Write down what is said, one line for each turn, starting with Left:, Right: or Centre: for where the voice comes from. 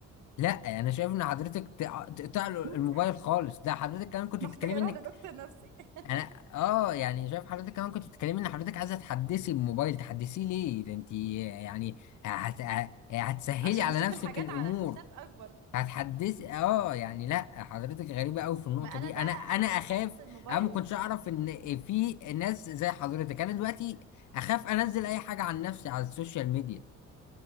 Left: لا انا شايف ان حضرتك تقطع له
Right: <laughs>
Left: الموبايل خالص ده حضرتك كمان كنت
Right: محتاجه
Left: بتتكلمي
Right: اروح
Left: انك
Right: لدكتور نفسي <laughs>
Left: انا اه يعني شايف حضرتك كمان كنت بتتكلمي ان حضرتك عايزه تحدثي الموبايل تحدثيه ليه ده انت يعني هت... ه- هتسهلي
Right: عشان
Left: على
Right: اشوف
Left: نفسك
Right: الحاجات
Left: الامور
Right: على شاشات اكبر
Left: هتحدثي اه يعني لا حضرتك غريبه قوي في النقطه
Right: ما انا
Left: دي
Right: ده
Left: انا
Right: انا
Left: انا
Right: عايزه
Left: اخاف
Right: احدث الموبايل
Left: انا ما كنتش اعرف ان في ناس زي حضرتك انا دلوقتي اخاف انزل اي حاجه عن نفسي على السوشيال ميديا